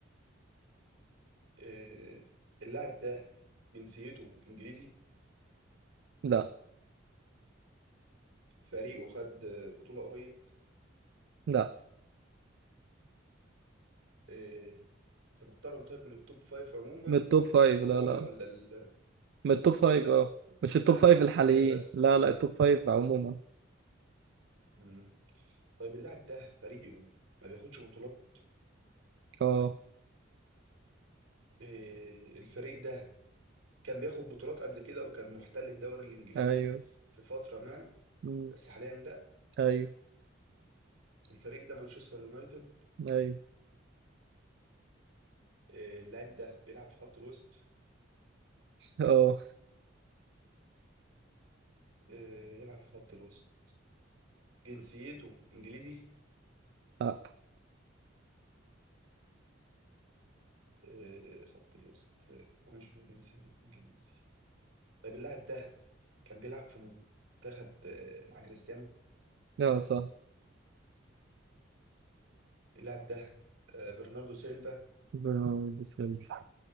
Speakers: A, on the right (about 80°); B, on the right (about 60°).
A: آه، اللاعب ده جنسيته انجليزي
B: لا
A: فريقه خد آه، بطولة قريب
B: لا
A: آه، انت مختارهم طيب من التوب فايف عموما
B: من التوب
A: ولا
B: فايف
A: التوب فور
B: لا
A: عموما
B: لا
A: ولا ال-
B: من التوب
A: التوب
B: فايف
A: فايف
B: اه
A: عموما
B: مش
A: ولا
B: التوب فايف الحاليين
A: حاليا بس
B: لا لا التوب فايف عموما
A: مم. طيب اللاعب ده فريقه ما بياخدش بطولات
B: اه
A: آه، الفريق ده كان بياخد بطولات قبل كده وكان محتل الدوري الانجليزي
B: ايوه
A: في فتره ما
B: مم.
A: بس حاليا لا
B: ايوه
A: الفريق ده مانشستر يونايتد
B: ايوه
A: آه، اللاعب ده بيلعب في خط الوسط
B: اه
A: آه، يلعب في خط الوسط جنسيته انجليزي
B: لا
A: آه، خط الوسط آه، ومش في جنسيته انجليزي طيب اللاعب ده كان بيلعب في منتخب آه، مع كريستيانو
B: لا صح
A: اللاعب ده آه، برناردو سيلفا
B: برناردو سيلفا